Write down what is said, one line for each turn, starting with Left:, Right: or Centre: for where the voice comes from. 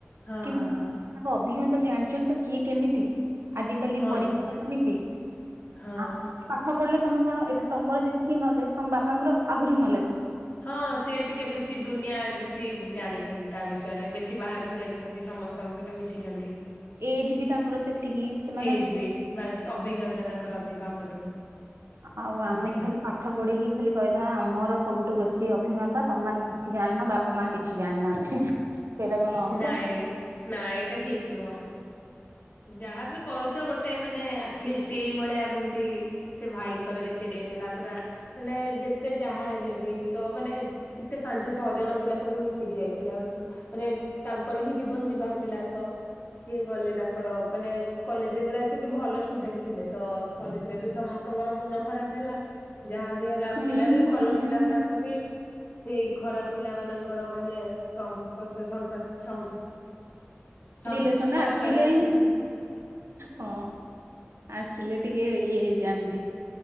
Left: ହଁ
Right: କି
Left: ହଁ
Right: ତାଙ୍କ
Left: ହଁ
Right: ଅଭିଜ୍ଞତା ରୁ ଜାଣିଛନ୍ତି ତ କିଏ କେମିତି। ଆଜି କାଲି
Left: ହଁ
Right: ପରୀ
Left: ଠିକ
Right: କେମିତି
Left: ହଁ
Right: ଆ ପାଠ ପଢିଲେ ତମେ କଣ ଏବେ ତମର ଯେତିକି ନଲେଜ୍ ତମ ବାପାଙ୍କର ଆହୁରି ନ
Left: ହଁ ସିଏ ଟିକେ ବେଶୀ ଦୁନିଆ ଉଁ ଜାଣିଛନ୍ତି ତା ବିଷୟରେ ବେଶୀ ବାହାରୁକୁ ଯାଇଛନ୍ତି ସମସ୍ତଙ୍କ ସହିତ ମିଶିଚନ୍ତି।
Right: ଏଜ ବି ତାଙ୍କର ସେତିକି ସେମାନେ
Left: ଏଜ୍ ବି ଅଭିଜ୍ଞତା ତାଙ୍କର ଅଧିକ ଆମଠୁ।
Right: ଆଉ ଆମେ
Left: ଆଜ୍ଞା
Right: ଖାଲି ପାଠ ପଢିକି ଖାଲି କହିଦେବା ଆମର ସବୁଠୁ ବେଶ୍ ସେଏ ଅଭିଜ୍ଞତା ତମେମାନେେ କିଛି ଜାଣିନ ବାପା ମା କିଛି ଜାଣିନାହାନ୍ତି। ସେଇଟା କଣ ହବ
Left: ନାଇଁ ନାଁ ଏଇଟା ଠିକ ନୁହଁ। ଯାହାବି କରୁଚ ଗୋଟେ ମାନେ ଆଟଲିଷ୍ଟ୍ ଏଇଭଳିଆ ଏମ୍ ତି ସେ ଭାଇଙ୍କର ଯେମ୍ ତି ଡେଥ୍ ହେଲା ପୁରା ମାନେ ଯେତେ ଯାହା ହେଲେ ବି ତ ମାନେ ଏତେ ପାଞ୍ଚ ଛଅ ଜଣ ପିଲା ସବୁ ମିଶିକି ଯାଇଥିଲେ ଆ ମାନେ ତାଙ୍କର ହିଁ ଜୀବନ୍ ଯିବାର ଥିଲା ତ ସିଏ ଗଲେ ତାଙ୍କର ମାନେ କଲେଜ୍ ରେ ପୁରା ସିଏବି ଭଲ ଷ୍ଟୁଡେଣ୍ଟ୍ ଥିଲେ ତ କଲେଜ୍ ରେ ବି ସମସ୍ତଙ୍କର ମନ ଖରାପ୍ ହେଲା ଯାହା ହେଲା
Right: ହୁଁ
Left: ପିଲା ବି
Right: ହୁଁ
Left: ଭଲ
Right: ହୁଁ
Left: ପିଲା ଗୁଡାକ ବି ସେଇ ଖରାପ୍ ପିଲା ମାନଙ୍କର ମାନେ ସମ୍ ପସେସନ୍ସା ସମ୍ ସନ୍ସପର୍ଷରେ
Right: ରିଲେସନ ଆସିଲେ
Left: ଆସିକି
Right: ହିଁ ହଁ ଆସିଲେ ଟିକେ ଇଏ ହେଇଯାଆନ୍ତି